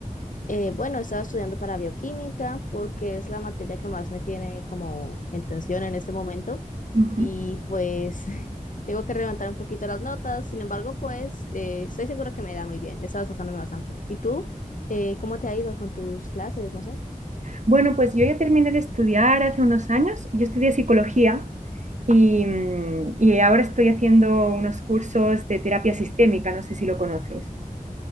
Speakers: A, on the left; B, on the right.
A: Eh, bueno, estaba estudiando para bioquímica porque es la materia que más me tiene como en tensión en este momento
B: Ujú.
A: y pues <laughs> tengo que levantar un poquito las notas. Sin embargo, pues eh, estoy segura que me irá muy bien. He estado esforzándome bastante. ¿Y tú? Eh, ¿cómo te ha ido con tus clases? No sé.
B: Bueno, pues yo ya terminé de estudiar hace unos años. Yo estudié psicología y, mm, y ahora estoy haciendo unos cursos de terapia sistémica, no sé si lo conoces.